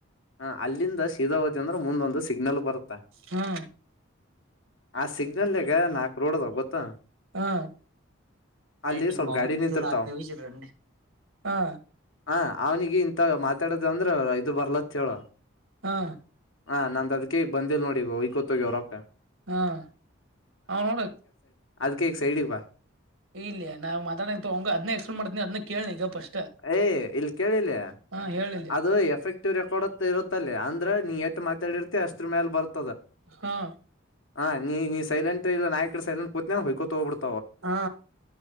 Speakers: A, on the left; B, on the right.
A: ಹ ಅಲ್ಲಿಂದ ಶಿವ ಹೋದೆಂದ್ರ ಮುಂದೊಂದು ಸಿಗ್ನಲ್ ಬರ್ತ
B: ಹಾ
A: ಹ ಸಿಗ್ ಗ ನಾಕು ರೋಡ್ ಅದಾವ ಗೊತ್ತ
B: ಹಾ
A: ಅಲ್ಲಿ
B: ನಿಮ್ಮ
A: ಸ್ವಲ್ಪ
B: ಅವನ್
A: ಗಾಡಿ ನಿಂತಿರ್ತಾವ
B: ಹತ್ತು ನಿಮಿಷ ಇರ್ರಿ ಹಾ
A: ಹ ಅವನಿಗೆ ಇಂತ ಡದ ಅಂದ್ರ ಇದು ಬರ್ಲತ್ ಚೋಳ
B: ಹಾ
A: ಹಾ ನಂದ್ ಅದಕೇಗ್ ಬಂದಿಲ್ ನೋಡಿ ವೈಕೋತ ಹೋಗ್ಯಾವ ರೊಕ್ಕ
B: ಹಾ ಹ ನೋಡ
A: ಅದಕ್ಕೇಗ ಸೈಡಿಗ್ ಬಾ
B: ಇಲ್ಲ ನಾವ್ ಮಾತಾಡ ಹಂಗ ಅದ್ನ ಎಕ್ಸ್ಪ್ಲೇನ್ ಮಾಡ್ತೀನಿ ಅದನ ಕೇಳನಿ ಈಗ ಫಸ್
A: ಏ ಇಲ್ ಕೇಳಿಲ್ಲಿ
B: ಹಾ ಹೇಳಿ ಯಿ ಲಿ
A: ಅದು ಎಫೆಕ್ಟಿವ್ ರೆಕಾರ್ಡ್ ಇರುತ್ತಲ್ಲಿ ಅಂದ್ರೆ ನೀ ಎಷ್ಟು ಮಾತಾಡಿರ್ತಿ ಅಷ್ಟ್ರ ಮೇಾಲ ಬರ್ತ್ತ
B: ಹಾ
A: ಹಾ ನೀ ಸೈಲೆಂಟ್ ಇಲ್ಲ ನಾಯಕಡೆ ಸಲೆಟ್ ಕತವು ವೈ ಕೊತ ಹೋಗಿಬಿಡುತ
B: ಹಾ